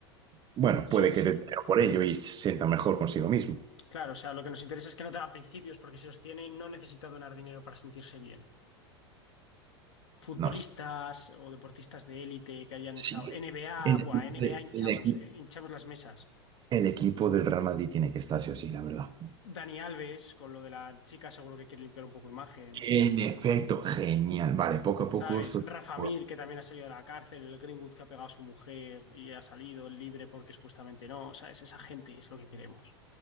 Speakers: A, on the right (about 30°); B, on the left (about 85°).
A: Bueno,
B: Sí,
A: puede
B: sí.
A: que dinero por ello y se sienta mejor consigo mismo.
B: Claro, o sea, lo que nos interesa es que no tenga principios, porque si los tiene, no necesita donar dinero para sentirse bien. Futbolistas
A: No sé.
B: o deportistas de élite que hayan
A: Sí,
B: estado. NBA,
A: el equipo,
B: buah,
A: de-
B: NBA hinchamos,
A: el equi-
B: ¿eh? Hinchamos las mesas.
A: el equipo del Real Madrid tiene que estar sí o sí, la verdad.
B: Dani Alves, con lo de la chica, seguro que quiere limpiar un poco imagen.
A: En efecto, genial. Vale, poco a poco
B: ¿Sabes?
A: esto.
B: Rafa
A: bueno,
B: Mir, que también ha salido de la cárcel, el Greenwood que ha pegado a su mujer y ha salido libre porque supuestamente no. ¿Sabes? Esa gente es lo que queremos.